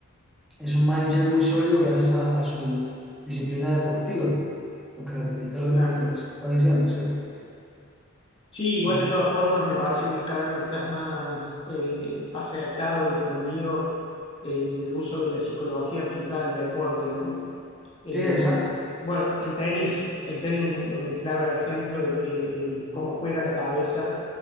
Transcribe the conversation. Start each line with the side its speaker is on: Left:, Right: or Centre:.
Centre: es un mindset muy sólido gracias a, a su disciplina deportiva, lo que ratifica lo,
Left: claro.
Centre: eh, lo que se está diciendo, ¿cierto? Que
Left: Sí,
Centre: lo-
Left: igual de todas formas me parece que cada vez estás más eh, aceptado, difundido el uso de la psicología aplicada al deporte, ¿no? Eh,
Centre: sí, exacto.
Left: bueno, el tenis, el tenis es un, un claro ejemplo de, que, de cómo juega la cabeza.